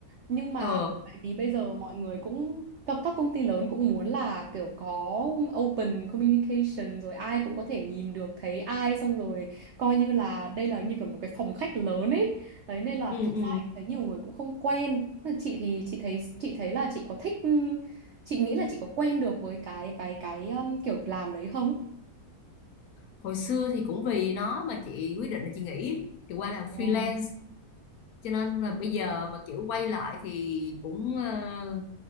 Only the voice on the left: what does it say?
ờ
ừ
ừ
hồi xưa thì cũng vì nó mà chị quyết định là chị nghỉ chị qua làm freelance
cho nên là bây giờ mà kiểu quay lại thì cũng ờ,